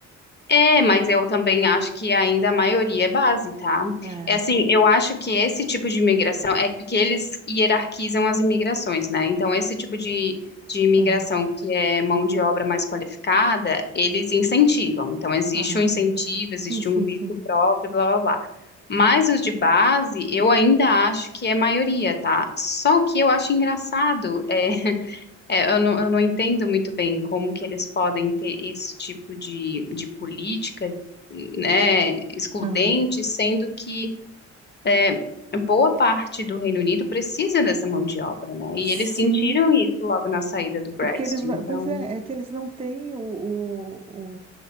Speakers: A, on the left; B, on the right.
A: É, mas eu também acho que ainda a maioria é base, tá?
B: É.
A: É assim, eu acho que esse tipo de imigração é porque eles hierarquizam as imigrações, né? Então, esse tipo de, de imigração
B: Aham,
A: que é mão de obra mais qualificada, eles incentivam. Então, existe
B: aham.
A: um incentivo, existe
B: Sim, sim,
A: um visto
B: sim.
A: próprio, blá blá blá. Mas os de base, eu ainda acho que é maioria, tá? Só que eu acho engraçado. é É, eu não, eu não entendo muito bem como que eles podem ter esse tipo de, de política, né, excludente,
B: Ah,
A: sendo que é, boa parte do Reino Unido precisa dessa mão de obra, né? E
B: sim,
A: eles sentiram isso logo na saída do Brexit.
B: porque eles não,
A: Então,
B: pois é, é que eles não têm o, o, o-